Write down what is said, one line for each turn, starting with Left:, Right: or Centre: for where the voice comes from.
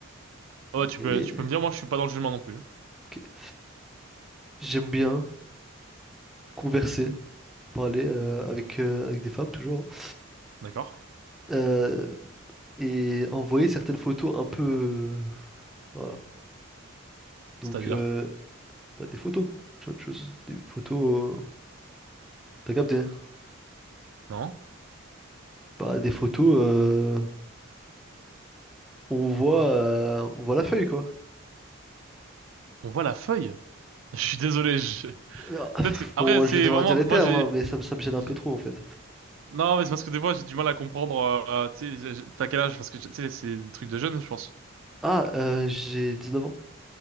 Right: Ah Ouais, tu
Centre: Et
Right: peux, tu peux me dire, moi, je suis pas dans le jument non plus. hein.
Centre: ok. J'aime bien converser, parler euh, avec, euh, avec des femmes toujours, hein.
Right: D'accord.
Centre: Euh, et envoyer certaines photos un peu, euh, voilà. Donc,
Right: C'est-à-dire,
Centre: euh, bah, des photos, Tu vois, tu vois, des photos, euh, t'as capté? hein.
Right: non?
Centre: Bah, des photos. euh, on voit, euh, on voit la feuille, quoi.
Right: On voit la feuille. <laughs> Je suis désolé, je...
Centre: Alors, <sighs>
Right: Peut-être que, après,
Centre: Bon,
Right: c'est
Centre: je vais devoir
Right: vraiment,
Centre: dire
Right: moi,
Centre: les termes,
Right: j'ai,
Centre: hein, mais ça me, ça me gêne un
Right: j'ai-
Centre: peu trop, en fait.
Right: Non, mais c'est parce que des fois, j'ai du mal à comprendre. euh, euh, tu sais, je- t'as quel âge? Parce que tu sais, c'est des trucs de jeunes, je pense.
Centre: Ah, euh, j'ai neuf ans.